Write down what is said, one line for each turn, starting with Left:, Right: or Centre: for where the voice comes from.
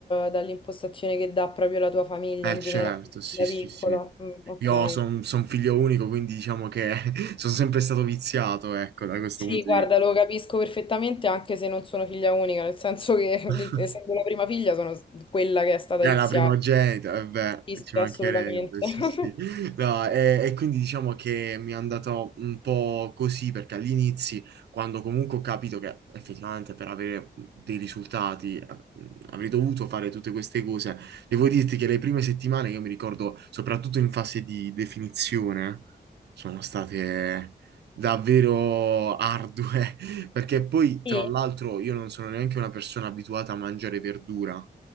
Left: dall'impostazione che dà proprio la tua famiglia
Right: eh
Left: in
Right: certo,
Left: generale,
Right: sì,
Left: da
Right: sì,
Left: piccola.
Right: sì.
Left: Mm, ok.
Right: Io sono figlio unico, quindi diciamo che <laughs> sono sempre stato viziato, ecco, da questo
Left: Sì,
Right: punto
Left: guarda,
Right: di
Left: lo capisco perfettamente anche se non sono figlia unica, nel senso che <laughs>
Right: vista.
Left: essendo
Right: <laughs>
Left: la prima figlia sono s- quella che è stata
Right: Era
Left: viziata.
Right: la primogenita, vabbè,
Left: Sì,
Right: ci
Left: sì,
Right: mancherebbe,
Left: assolutamente. <laughs>
Right: sì, sì. No, e, e quindi diciamo che mi è andato un po' così, perché all'inizio, quando comunque ho capito che effettivamente per avere dei risultati eh, avrei dovuto fare tutte queste cose, devo dirti che le prime settimane, io mi ricordo, soprattutto in fase di definizione, sono state davvero ardue, <laughs> perché poi, tra
Left: Sì.
Right: l'altro, io non sono neanche una persona abituata a mangiare verdura.